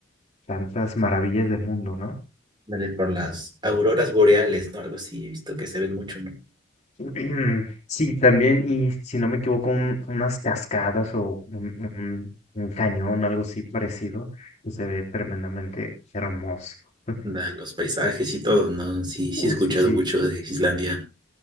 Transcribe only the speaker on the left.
tantas maravillas del mundo, ¿no?
<clears throat> Sí, también, y si no me equivoco, un- unas cascadas o un, un- un cañón, algo así parecido, que se ve tremendamente hermoso. <laughs>
Uh,
sí, sí.